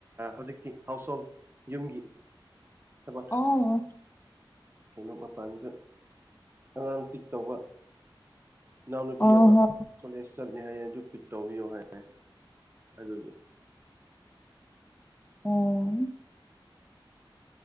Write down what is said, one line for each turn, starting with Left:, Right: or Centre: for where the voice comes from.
Right: ꯍꯧꯖꯤꯛꯇꯤ ꯍꯥꯎꯁ ꯍꯣꯜ ꯌꯨꯝꯒꯤ ꯊꯕꯛ
Left: ꯑꯣ
Right: ꯀꯩꯅꯣ ꯃꯄꯥꯟꯗ ꯑꯉꯥꯡ ꯄꯤꯛ ꯇꯧꯕ ꯏꯅꯥꯎꯅꯨꯄꯤ
Left: ꯑꯣ
Right: ꯑꯃ
Left: ꯍꯣ
Right: ꯀꯣꯂꯦꯖ ꯆꯠꯂꯦ ꯍꯥꯏꯌꯦ ꯑꯗꯨ ꯄꯤꯛ ꯇꯧꯕꯤꯌꯣ ꯍꯥꯏꯌꯦ ꯑꯗꯨꯒꯤ
Left: ꯑꯣ